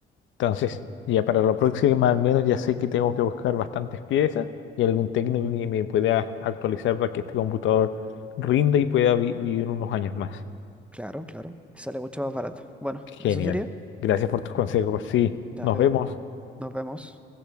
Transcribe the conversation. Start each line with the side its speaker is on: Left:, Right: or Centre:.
Left: Entonces, ya para la próxima al menos ya sé que tengo que buscar bastantes piezas y algún técnico que me pueda actualizar para que este computador rinda y pueda vi- vivir unos años más.
Centre: Claro, claro. Sale mucho más barato. Bueno,
Left: Genial.
Centre: eso sería.
Left: Gracias por tus consejos. Sí,
Centre: Dale,
Left: nos vemos.
Centre: nos vemos.